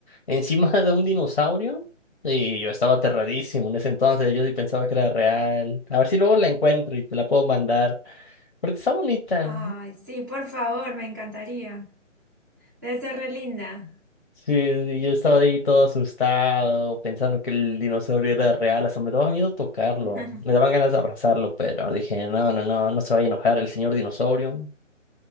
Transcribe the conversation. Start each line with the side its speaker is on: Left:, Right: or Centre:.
Left: encima de un dinosaurio. Y yo estaba aterradísimo en ese entonces, yo sí pensaba que era real. A ver si luego la encuentro y te la puedo mandar. Porque está bonita.
Right: Ay, sí, por favor, me encantaría. Debe ser re linda.
Left: Sí, sí, yo estaba ahí todo asustado, pensando que el dinosaurio era real, hasta me daba miedo tocarlo,
Right: <laughs>
Left: me daban ganas de abrazarlo, pero dije, no, no, no, no se vaya a enojar el señor dinosaurio.